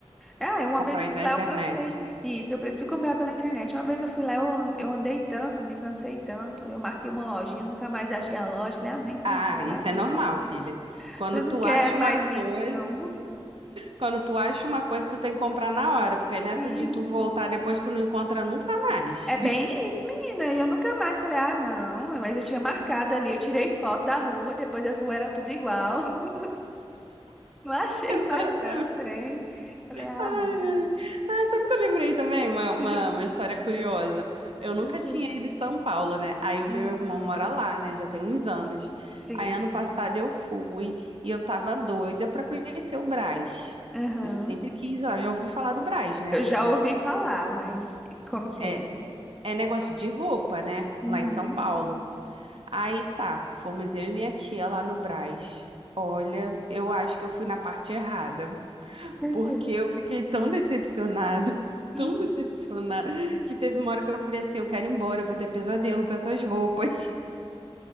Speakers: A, in the centre; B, on the right.
A: Ah, uma
B: Comprar
A: vez eu fui
B: na
A: lá,
B: internet.
A: eu cansei. Isso, eu prefiro comprar pela internet. Uma vez eu fui lá, eu an- eu andei tanto, me cansei tanto. Eu marquei uma lojinha, nunca mais achei a loja. Falei, ah, nem que trem
B: Ah,
A: chato,
B: isso é
A: meu
B: normal,
A: pai. do céu.
B: filha. Quando
A: Falei,
B: tu
A: não quero
B: acha uma
A: mais vir
B: coisa,
A: assim, não.
B: quando tu acha uma coisa, tu tem que comprar na hora, porque nessa
A: <laughs> Isso.
B: de tu voltar depois tu não encontra nunca mais.
A: É bem isso, menina. E eu nunca mais falei, ah, não, mas eu tinha marcado ali, eu tirei foto da rua, depois as ruas era tudo igual. <laughs> Não achei
B: Exatamente.
A: mais, não, trem. Falei, ah,
B: Ai,
A: não.
B: ai. Ai, sabe que eu lembrei também? Uma, uma,
A: <laughs>
B: uma história curiosa. Eu nunca
A: Tranquilo.
B: tinha ido em São Paulo, né? Aí o
A: Aham.
B: meu irmão mora lá, né? Já tem uns anos.
A: Sim.
B: Aí ano passado eu fui e eu tava doida pra conhecer o Brás.
A: Aham.
B: Eu sempre quis ir lá, já ouviu falar do Brás, né?
A: Eu já ouvi falar, mas como que
B: É,
A: é?
B: é negócio de roupa, né?
A: Uhum.
B: Lá em São Paulo. Aí tá, fomos eu e minha tia lá no Brás. Olha, eu acho que eu fui na parte errada.
A: Por
B: Porque
A: quê?
B: eu fiquei tão decepcionada, <laughs> tão
A: <laughs>
B: decepcionada, que teve uma hora que eu falei assim, eu quero ir embora, eu vou ter pesadelo com essas roupas.